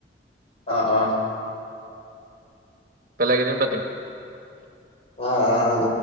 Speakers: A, on the left; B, on the right.
A: অ', অ',
B: বেলেগ এদিন পাতিম।
A: উৱা, আঃ, হব।